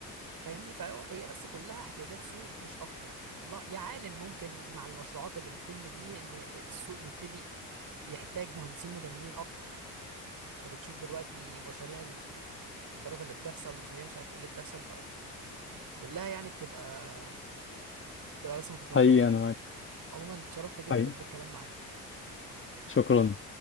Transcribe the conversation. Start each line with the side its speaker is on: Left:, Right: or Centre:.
Right: فاهمني فهو هي بس كلها احتياجات سوق مش أكتر والله يا عالم ممكن مع المشروعات اللي بتتم دي إن السوق يبتدي يحتاج مهندسين مدنيين أكتر أنت بتشوف دلوقتي مشاريع القطارات اللي بتحصل مشاريع مش عارف إيه اللي بتحصل فكلها يعني بتبقى بتبقى بس متطلبات
Left: حقيقي
Right: سوق
Left: انا معاك
Right: عموما اتشرفت جدا
Left: حقيقي
Right: بالكلام معاك
Left: شكرا